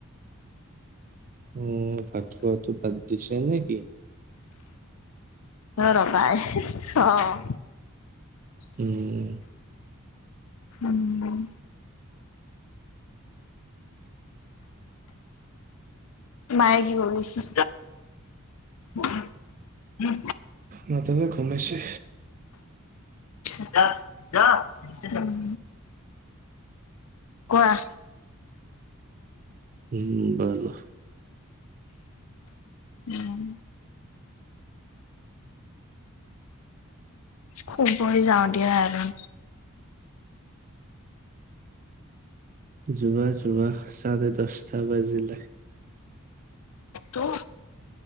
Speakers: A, on the right; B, on the left.
A: উম ভাত খোৱাটো বাদ দিছে নেকি?
B: ঘৰৰ পাই। অহ। <inaudible>
A: উম।
B: উম। মায়ে কি কৰিছে? উম <inaudible> উম
A: মাথাটো ঘুমাইছে।
B: আচ্ছা, উম। কোৱাহ?
A: উম বাৰু।
B: উম শুৱই যাওঁ দিয়া আৰু
A: যোৱা যোৱাচ চাৰে দছটা বাজিলে
B: তো